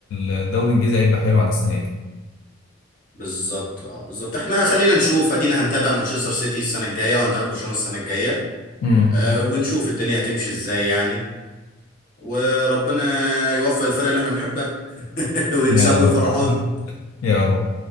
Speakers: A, on the left (about 80°); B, on the left (about 40°).
A: الدوري الانجليزي هيبقى حلو عن السنة دي
B: بالظبط اه بالظبط احنا خلينا نشوف ادينا هنتابع مانشستر سيتي السنة الجاية وهنتابع برشلونة السنة الجاية
A: امم
B: آه ونشوف الدنيا هتمشي ازاي يعني وربنا يوفق الفرق اللي احنا بنحبها <laughs> ويكسبوا
A: يا رب
B: ويفرحونا
A: يا رب